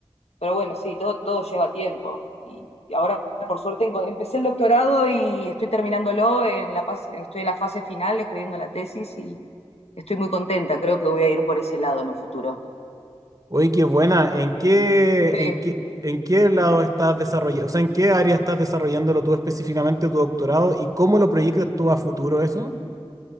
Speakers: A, on the left; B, on the right.
A: Pero bueno, sí, todo, todo lleva tiempo. Y, y ahora, por suerte, empecé el doctorado y estoy terminándolo, en la, pas- estoy en la fase final escribiendo la tesis y estoy muy contenta. Creo que voy a ir por ese lado en un futuro.
B: Oye, qué buena. ¿En qué,
A: Sí,
B: en qué, en qué lado estás desarrollando, o sea, en qué área estás desarrollándolo tú específicamente tu doctorado y cómo lo proyectas tú a futuro eso?